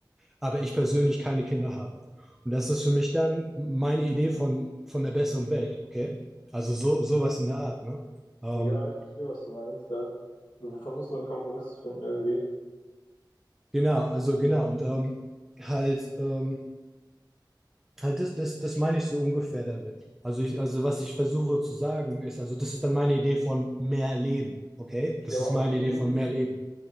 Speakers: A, in the centre; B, on the left.
A: aber ich persönlich keine Kinder habe. Und das ist für mich dann meine Idee von, von der besseren Welt, okay? Also so, sowas in der Art, ne? Ähm,
B: Ja, ich verstehe, was du meinst, ja. Du versuchst so einen Kompromiss zu finden irgendwie.
A: genau, also genau, und ähm, halt, ähm, halt das, das, das meine ich so ungefähr damit. Also ich, also was ich versuche zu sagen ist, also das ist dann meine Idee von mehr Leben, okay? Das
B: Ja, aber
A: ist meine
B: abgesehen,
A: Idee von mehr Leben.